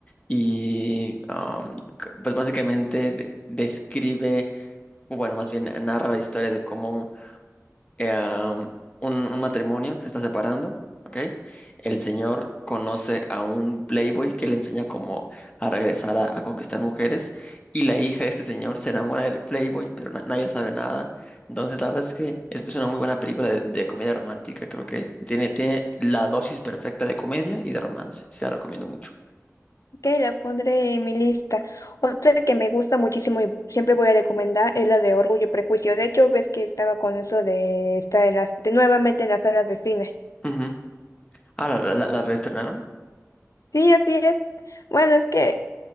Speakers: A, on the left; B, on the left.
A: Y am, c- pues básicamente de- describe, o bueno, más bien narra la historia de cómo eh, um, un, un matrimonio se está separando, ¿ok? El señor conoce a un playboy que le enseña cómo a regresar a, a conquistar mujeres y la hija de este señor se enamora del playboy, pero na- nadie sabe nada. Entonces, la verdad es que es es una muy buena película de, de comedia romántica. Creo que tiene, tiene la dosis perfecta de comedia y de romance. Sí, la recomiendo mucho.
B: Ok, la pondré en mi lista. Otra que me gusta muchísimo y siempre voy a recomendar es la de Orgullo y Prejuicio. De hecho, ves que estaba con eso de estar en las, de nuevamente en las salas de cine.
A: Ujú. Ah, ¿la, la, la- la reestrenaron?
B: Sí, así es. Bueno, es que